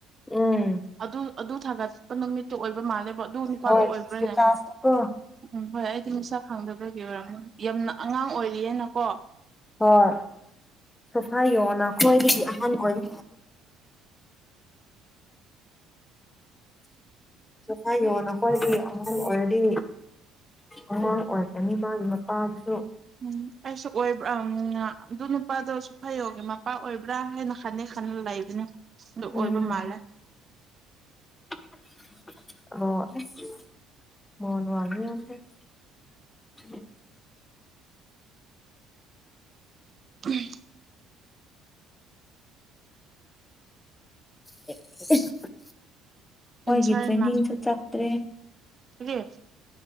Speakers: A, on the left; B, on the right.
A: ꯎꯝ
B: ꯑꯗꯨ ꯑꯗꯨ ꯊꯥꯡꯒꯠꯄ ꯅꯨꯃꯤꯠ ꯑꯣꯏꯕ ꯃꯥꯜꯂꯦꯕ ꯑꯗꯨ ꯅꯨꯄꯥꯗꯣ
A: ꯍꯣꯏ
B: ꯑꯣꯏꯕ꯭ꯔꯅꯦ
A: ꯏꯁꯇꯦꯇꯥꯁꯇꯀꯣ
B: ꯎꯝ ꯍꯣꯏ ꯑꯩꯗꯤ ꯃꯁꯛ ꯈꯪꯗꯕꯒꯤ ꯑꯣꯏꯔꯝꯒꯅꯤ ꯌꯥꯝꯅ ꯑꯉꯥꯡ ꯑꯣꯏꯔꯤꯑꯅ ꯀꯣ
A: ꯍꯣꯏ ꯁꯣꯐꯥꯏ ꯌꯣ ꯅꯈꯣꯏꯒꯤꯗꯤ ꯑꯍꯥꯟꯕ ꯑꯣꯏ ꯁ ꯍꯥꯏꯥꯏꯌꯣ ꯅꯈꯣꯏꯗꯤ ꯑꯉꯥꯡ ꯑꯣꯏꯔꯗꯤ ꯑꯉꯥꯡ ꯑꯣꯏꯔꯛꯀꯅꯤ ꯃꯥꯒꯤ ꯃꯄꯥꯗꯨꯁꯨ
B: ꯎꯝ ꯑꯩꯁꯨ ꯑꯣꯏꯕ꯭ꯔꯥ ꯑꯗꯨ ꯅꯨꯄꯥꯗꯣꯁꯨ ꯐꯩꯌꯣꯒꯦ ꯃꯄꯥ ꯑꯣꯏꯕ꯭ꯔꯥ ꯍꯥꯏꯅ ꯈꯟꯗꯤ ꯈꯟꯂ ꯂꯩꯕꯅꯤ ꯑꯗꯨ ꯑꯣꯏꯕ
A: ꯎꯝ
B: ꯃꯥꯟꯂꯦ
A: <unintelligible> ꯑꯣ ꯑꯁ ꯃꯣꯟ <unintelligible>
B: ꯍꯝ
A: <unintelligible>
B: ꯀꯦꯟꯁꯔ
A: ꯃꯣꯏꯒꯤ ꯇ꯭ꯔꯦꯅꯤꯡꯁꯨ ꯆꯠꯇ꯭ꯔꯦ
B: ꯁꯤ